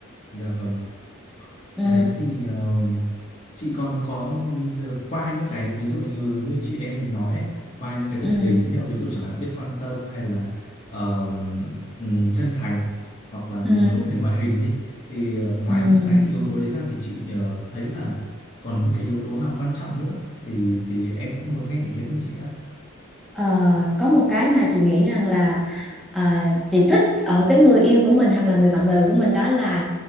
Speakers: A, on the left (about 30°); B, in the centre.
A: dạ vâng
B: ừ,
A: Đấy thì ờ, chị còn có thừa- qua những cái ví dụ như, như chị em mình nói ấy, qua những cái đức
B: ừ,
A: tính như ví dụ chẳng hạn biết quan tâm hay là ờ, ừm, chân thành hoặc là một
B: ừ,
A: chút về ngoại hình đi thì ờ, ngoài
B: ừ. ừ.
A: những cái yếu tố đấy ra thì chị ờ, thấy là còn những cái yếu tố nào quan trọng nữa thì thì em cũng muốn nghe ý kiến của chị á.
B: Ờ, có một cái mà chị nghĩ rằng là à, chị thích ở cái người yêu của mình hoặc là người bạn đời của mình đó là